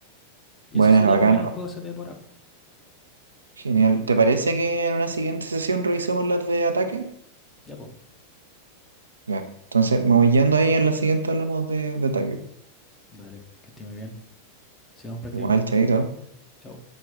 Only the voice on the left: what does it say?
Y
eso sería
más o menos el
juego ST por Apo.
Ya, po.
Dale, que esté muy bien. Sigamos practicando.
Chao.